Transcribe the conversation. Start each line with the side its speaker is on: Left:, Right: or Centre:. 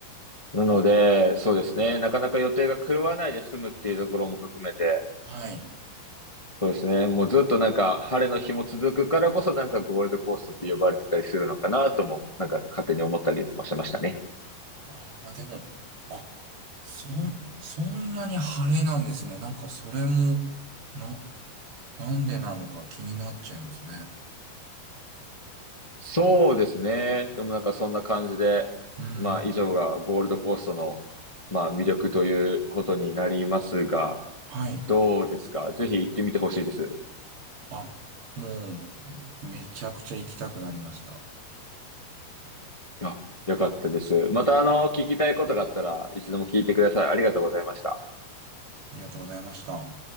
Left: い。なので、そうですね。なかなか予定が狂わないで済むっていうところも含めて、
Right: はい。
Left: そうですね。もうずっとなんか晴れの日も続くからこそなんかゴールドコーストって呼ばれてたりするのかなとも、なんか勝手に思ったりもしましたね。
Right: ああ、でも、あ、そん、そんなに晴れなんですね。なんかそれも、な、なんでなのか気になっちゃいますね。
Left: そうですね。でもなんかそんな感じで、
Right: うん。
Left: まあ以上がゴールドコーストの、まあ魅力ということになりますが、
Right: はい。
Left: どうですかぜひ行ってみてほしいです。
Right: あ、もう、めちゃくちゃ行きたくなりました。
Left: あ、よかったです。またあの、聞きたいことがあったらいつでも聞いてください。ありがとうございました。
Right: ありがとうございました。